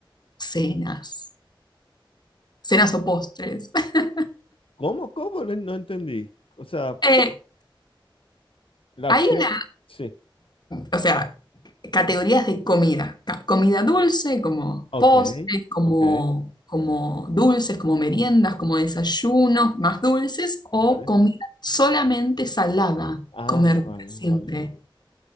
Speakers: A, on the left; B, on the left.
A: cenas, cenas o postres? <laughs>
B: ¿Cómo, cómo? No, no entendí. O sea,
A: Eh,
B: la
A: hay
B: opción,
A: una,
B: sí.
A: o sea, categorías de comida, ca- comida dulce, como
B: Ok,
A: postres, como,
B: ok,
A: como dulces, como meriendas, como desayunos más dulces, o
B: vale.
A: comida solamente salada,
B: Ah,
A: comer
B: vale,
A: para siempre.
B: vale.